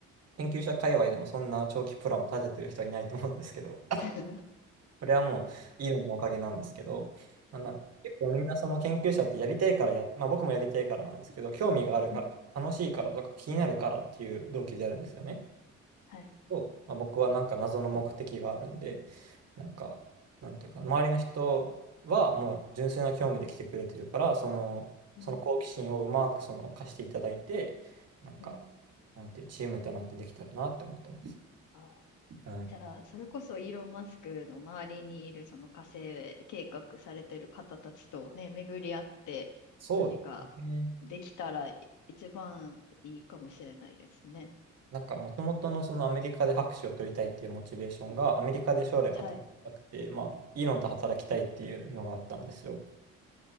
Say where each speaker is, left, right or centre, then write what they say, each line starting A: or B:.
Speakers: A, on the right; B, on the left.
A: 研究者界隈でもそんな長期プランを立ててる人はいないと思うんですけど、
B: <laughs>
A: これはもうイーロンのおかげなんですけど、まあ、なんか結構みんなその研究者ってやりたいからや、まあ僕もやりたいからなんですけど、興味があるから、
B: うん、
A: 楽しいからとか気になるからっていう動機でやるんですよね。
B: はい。
A: とまあ、僕はなんか謎の目的があるんで、なんか、なんていうか、周りの人はもう純粋な興味で来てくれてるから、その、
B: うん、
A: その好奇心をうまくその貸していただいて、なんか、
B: うん。
A: なんていうチームとなってできたらなって思ってます。
B: あ、
A: はい。
B: じゃあ、それこそイーロン・マスクの周りにいるその火星計画されてる方たちとね、巡り合って何かできたら一番いいかもしれないですね。
A: そうですね。なんか、もともとのそのアメリカで博士を取りたいっていうモチベーションが、アメリカで将来働きたくて、
B: はい。
A: まあ、イーロンと働きたいっていうのがあったんですよ。